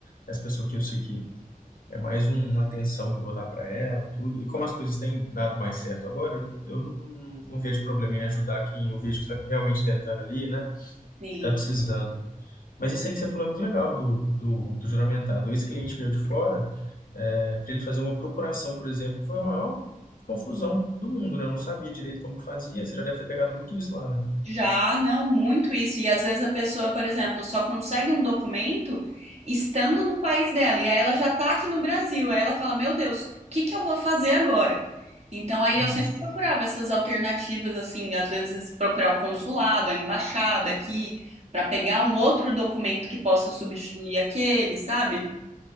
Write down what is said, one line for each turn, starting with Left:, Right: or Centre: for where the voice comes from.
Left: essa pessoa que eu sei que é mais um, uma atenção que eu vou dar pra ela, tudo. E como as coisas têm dado mais certo agora, eu não, não vejo problema em ajudar quem eu vejo que tá realmente tentando ali, né?
Right: sim.
Left: Que tá precisando. Mas isso aí que você falou é muito legal do, do, do juramentado. Esse cliente meu de fora, para ele fazer uma procuração, por exemplo, foi a maior confusão do mundo, né? Eu não sabia direito como que fazia. Você já deve ter pegado muito isso lá, né?
Right: Já, não, muito isso. E às vezes a pessoa, por exemplo, só consegue um documento estando no país dela. E aí ela já tá aqui no Brasil. Aí ela fala: Meu Deus, o que que eu vou fazer agora? Então aí
Left: Nossa.
Right: eu sempre procurava essas alternativas, assim, às vezes procurar o consulado, a embaixada aqui, para pegar um outro documento que possa substituir aquele, sabe?